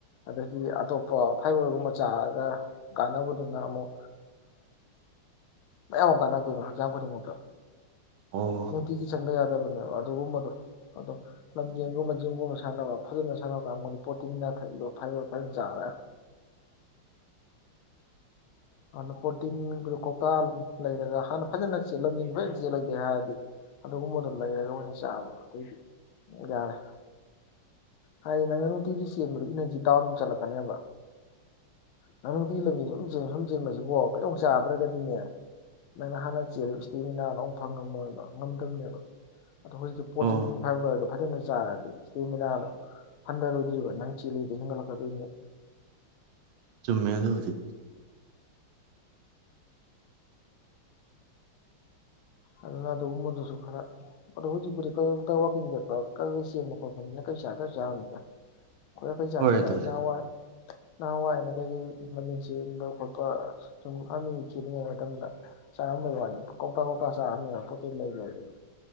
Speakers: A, on the left; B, on the right.
A: ꯑꯗꯒꯤ ꯑꯇꯣꯞꯄ ꯐꯥꯏꯕꯔꯒꯨꯝꯕ ꯆꯥꯔꯒ ꯀꯥꯟꯅꯕꯗꯨꯅ ꯑꯃꯨꯛ ꯃꯌꯥꯝ ꯑꯃ ꯀꯥꯟꯔꯛꯇꯣꯏꯅꯣ ꯍꯛꯆꯥꯡ ꯈꯨꯗꯤꯡꯃꯛꯇ
B: ꯑꯣ
A: ꯅꯨꯡꯇꯤꯒꯤ ꯆꯥꯪꯗ ꯌꯥꯗꯕꯅꯦꯕ ꯑꯗꯨꯒꯨꯝꯕꯗꯣ ꯑꯗꯣ ꯂꯝꯖꯦꯟꯒꯨꯝꯕ ꯖꯤꯝꯒꯨꯝꯕ ꯁꯥꯟꯅꯕ ꯐꯖꯅ ꯁꯥꯟꯅꯕ ꯀꯥꯡꯕꯨꯗꯤ ꯄ꯭ꯔꯣꯇꯤꯟꯅꯥꯊꯛꯗꯣ ꯐꯥꯏꯕꯔ ꯐꯖꯅ ꯆꯥꯔꯒ ꯑꯗꯨꯅ ꯄ꯭ꯔꯣꯔꯇꯤꯟꯒꯤꯗꯣ ꯀꯧꯇꯥ ꯂꯩꯔꯒ ꯍꯥꯟꯅ ꯐꯖꯅꯖꯦꯟ ꯐꯖꯅ <inaudible> <unintelligible> ꯌꯥ ꯍꯥꯏꯔꯗꯤ ꯑꯗꯨꯒꯨꯝꯕꯗꯣ ꯂꯩꯔꯒ ꯑꯣꯏꯅ ꯆꯥꯕ ꯑꯗꯨꯏꯗꯤ ꯌꯥꯔꯦ ꯍꯥꯏꯗꯤ ꯅꯪꯅ ꯅꯨꯡꯇꯤꯒꯤ ꯆꯦꯟꯕꯗꯨ ꯏꯅꯔꯖꯤ ꯗꯥꯎꯟ ꯆꯠꯂꯛꯀꯅꯦꯕ ꯅꯪ ꯅꯨꯡꯇꯤꯒꯤ ꯂꯝꯕꯤ ꯁꯨꯝꯦꯟ ꯁꯨꯝ ꯆꯦꯟꯕꯕꯁꯤꯀꯣ ꯀꯩꯝꯇ ꯆꯥꯗ꯭ꯔꯒꯗꯤꯅꯦ ꯅꯪꯅ ꯍꯥꯟꯅ ꯆꯦꯜꯂꯤꯕ ꯏꯁꯇꯦꯃꯤꯅꯥꯅ ꯊꯪ ꯉꯝꯃꯣꯏꯕ ꯉꯝꯗꯕꯅꯦꯕ ꯑꯗꯣ ꯍꯧꯖꯤꯛꯇꯤ ꯄ꯭ꯔꯣꯇꯤꯟ
B: ꯑꯣ
A: ꯐꯥꯏꯕꯔꯗꯣ ꯐꯖꯅ ꯆꯥꯔꯗꯤ ꯏꯁꯇꯤꯃꯤꯅꯗꯣ ꯍꯟꯗꯔꯣꯏꯗꯔ꯭ꯤꯕ ꯅꯪ ꯆꯦꯜꯂꯤꯒꯩ ꯍꯦꯟꯒꯠꯂꯛꯀꯗꯣꯏꯅꯦ
B: ꯆꯨꯝꯃꯦꯗ ꯑꯗꯨꯕꯨꯗꯤ
A: ꯑꯗꯨꯅ ꯑꯗꯨꯒꯨꯝꯕꯗꯨꯁꯨ ꯈꯔ ꯑꯗꯣ ꯍꯧꯖꯤꯛꯄꯨꯗꯤ ꯋꯥꯀꯤꯡ ꯆꯠꯄ ꯆꯦꯟꯕ ꯈꯣꯠꯄꯅꯤꯅ ꯀꯩ ꯆꯥꯗꯔꯁꯨ ꯆꯥꯔꯝꯅꯤꯗ <unintelligible> ꯈꯔ ꯀꯩ ꯆꯥꯗꯦꯗ
B: ꯍꯣꯏ ꯑꯗꯨꯗꯤ
A: ꯑꯩꯅꯋꯥ <unintelligible> ꯅꯍꯥꯟꯋꯥꯏꯩꯅ ꯀꯩꯀꯩ ꯂꯝꯕꯤꯟ ꯆꯦꯟꯟꯕ ꯈꯣꯠꯄ ꯁꯨꯝ ꯑꯅꯤ ꯆꯦꯜꯂꯤꯉꯩ ꯃꯇꯝꯗ ꯆꯥꯔꯝꯕꯩ ꯋꯥꯅꯤ ꯀꯧꯇꯥꯛ ꯀꯧꯇꯥꯛ ꯆꯥꯅꯦꯕ ꯄꯣꯠꯇꯦꯜ ꯂꯩ ꯂꯩꯗꯅ